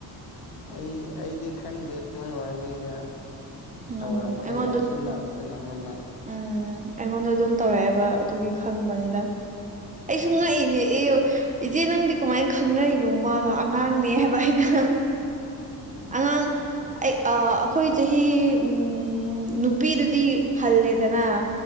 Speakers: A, on the left (about 80°); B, on the right (about 20°).
A: ꯑꯩ ꯑꯩꯗꯤ ꯈꯪꯗꯦ ꯃꯣꯏ ꯋꯥꯔꯤꯗ
B: ꯎꯝ
A: ꯇꯧꯔꯝꯒꯅꯤ
B: ꯑꯩꯉꯣꯟꯗ
A: ꯉꯥꯎꯁꯤꯟꯅꯕꯅꯤꯅ ꯑꯃꯅ꯫
B: ꯎꯝ ꯑꯩꯉꯣꯟꯗ ꯑꯗꯨꯝ ꯇꯧꯔꯛꯑꯦꯕ ꯑꯗꯨꯒꯤ ꯈꯪꯕꯅꯤꯗ꯫
A: ꯎꯝ
B: ꯑꯩꯁꯨꯨ ꯉꯛꯏꯅꯦ ꯏꯌꯨ ꯏꯖꯦ ꯅꯪꯗꯤ ꯀꯃꯥꯏ ꯈꯪꯅꯩꯅꯣ ꯃꯥꯒ ꯑꯉꯥꯡꯅꯦ ꯍꯥꯏꯕ ꯑꯩꯅ
A: ꯎꯝ
B: ꯑꯉꯥꯡ ꯑꯩ ꯑ ꯑꯈꯣꯏ ꯆꯍꯤ ꯎꯝ ꯅꯨꯄꯤꯗꯗꯤ ꯍꯜꯂꯦꯗꯅꯥ